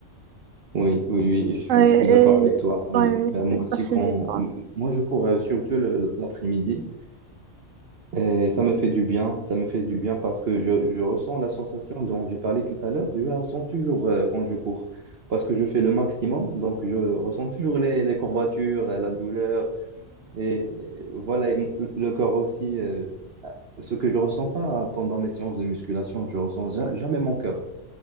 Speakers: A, on the right (about 55°); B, on the right (about 85°).
A: oui, oui, oui, je suis,
B: Ouais,
A: je suis
B: et-
A: d'accord avec toi. Oui,
B: ouais,
A: Euh, moi
B: c'est
A: aussi,
B: pas fini,
A: quand
B: quoi.
A: m- moi je cours euh, surtout le- l'après-midi et ça me fait du bien. Ça me fait du bien parce que je, je ressens la sensation dont j'ai parlé tout à l'heure. Je la ressens toujours euh, quand je cours parce que je fais le maximum. Donc, je ressens toujours les, les courbatures, euh, la douleur. Et voilà, et m- le corps aussi, euh, ce que je ressens pas pendant mes séances de musculation, je ressens ja- jamais mon cœur.